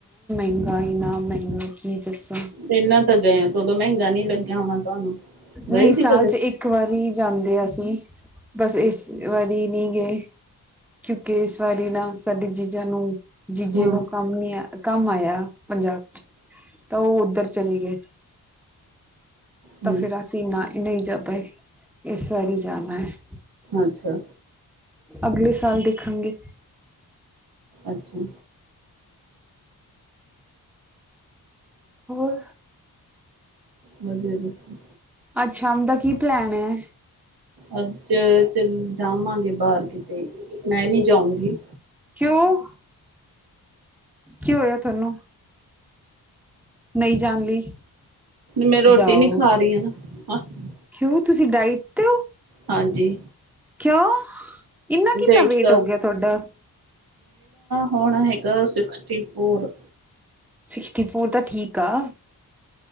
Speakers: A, in the centre; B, on the right.
A: ਮਹਿੰਗਾਈ ਨਾ ਮਹਿੰਗਾਈ ਕੀ ਦੱਸਾਂ
B: ਇਹਨਾਂ ਤਾਂ ਗਏ ਆ ਮਹਿੰਗਾ ਨ ਨਹੀਂ ਲੱਗਿਆ ਹੋਣਾ ਤੁਹਾਨੂੰ ਗਏ
A: ਨਹੀਂ
B: ਸੀ
A: ਸਾਲ
B: ਕਦੇ
A: ਚ ਇੱਕ ਵਾਰੀ ਜਾਂਦੇ ਅਸੀਂ ਬਸ ਇਸ ਵਾਰੀ ਨਹੀਂ ਗਏ ਕਿਉਂਕਿ ਇਸ ਵਾਰੀ ਨਾ ਸਾਡੇ ਚੀਜ਼ਾਂ ਨੂੰ ਜੀਜੇ
B: ਹਾਂ
A: ਨੂੰ ਕੰਮ ਨੀ ਆ ਕੰਮ ਆਯਾ ਪੰਜਾਬ ਚ ਤਾਂ ਉਹ ਉੱਧਰ ਚਲੇ ਗਏ
B: ਹੂੰ
A: ਤਾਂ ਫਿਰ ਅਸੀਂ ਇ ਨਾ ਨਹੀਂ ਜ ਭ ਇਸ ਵਾਰੀ ਜਾਣਾ ਹੈ
B: ਅੱਛਾ
A: ਅਗਲੇ ਸਾਲ ਦੀ ਖੰਗੇ
B: ਅੱਛਾ
A: ਹੋਰ
B: ਵਧੀਆ ਦੱਸੋ
A: ਅੱਛਾ ਹਦਾ ਕੀ ਪਲੈਨ ਹੈ।
B: ਅੱਜ ਚੱਲ ਜਾਵਾਂਗੇ ਬਾਹਰ ਕਿਤੇ ਮੈਂ ਨੀ ਜਾਊਂਗੀ
A: ਕਿਉਂ ਕੀ ਹੋਇਆ ਤੁਹਾਨੂੰ ਨਹੀਂ ਜਾਣ ਲਈ
B: ਮੈਂ ਰੋਟੀ
A: ਜਾਓ
B: ਨਹੀਂ ਖਾ ਰਹੀ <inaudible>
A: ਕਿਉਂ ਤੁਸੀਂ ਡਾਇਟ
B: ਹਾਂਜੀ
A: ਕਿਉਂ ਇੰਨਾ ਕਿੰਨਾ
B: ਡਾਇਟ
A: ਵੇਟ
B: ਕਰ
A: ਹੋ ਗਿਆ ਤੁਹਾਡਾ
B: ਹੋਣਾ ਹੈਗਾ ਸਿਕਸਟੀ ਫੋਰ
A: ਸਿਕਸਟੀ ਫੋਰ ਤਾਂ ਠੀਕ ਆ